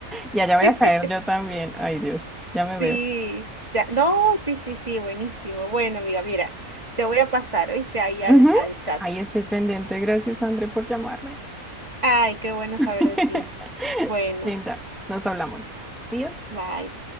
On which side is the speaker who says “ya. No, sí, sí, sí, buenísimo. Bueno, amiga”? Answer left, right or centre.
Right